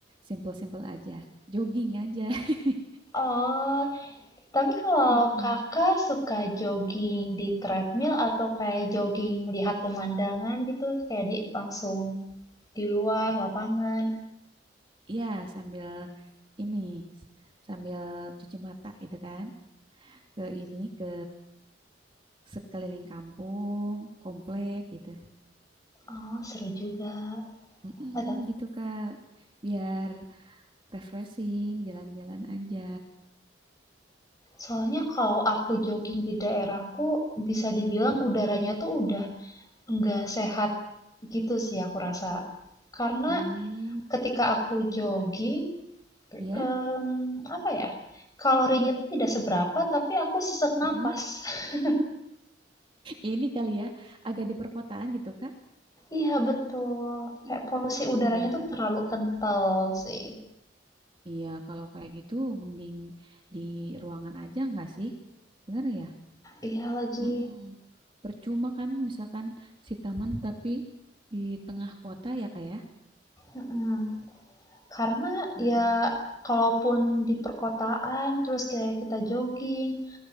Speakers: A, on the right; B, on the left.
A: simple-simple aja. Jogging aja. <laughs>
B: Oh, tapi kalau
A: Mm-mm.
B: kakak suka jogging di treadmill atau kayak jogging melihat pemandangan gitu, kayak di langsung di luar lapangan.
A: Iya, sambil ini, s- sambil cuci mata gitu kan. Ke ini, ke sekeliling kampung, komplek gitu.
B: Oh, seru juga.
A: Mm-mm,
B: Ada.
A: gitu Kak, biar refreshing, jalan-jalan aja.
B: Soalnya kalau aku jogging di daerahku, bisa dibilang
A: Mm?
B: udaranya tuh udah nggak sehat gitu sih aku rasa. Karena
A: Hmm,
B: Ketika aku jogging,
A: ya
B: mmm, apa ya, kalorinya tuh tidak seberapa tapi aku sesak napas.
A: Mm-mm.
B: <laughs>
A: Ini kali ya, agak di perkotaan gitu Kak.
B: Iya betul, kayak
A: Mm.
B: polusi udaranya
A: Iya,
B: tuh terlalu kental sih.
A: iya kalau kayak gitu mending di ruangan aja nggak sih? Bener ya?
B: Iya lagi,
A: Mm-mm. Percuma kan misalkan si taman tapi di tengah kota ya Kak ya?
B: mhm, karena
A: Mm-mm.
B: ya kalaupun di perkotaan terus kayak kita jogging,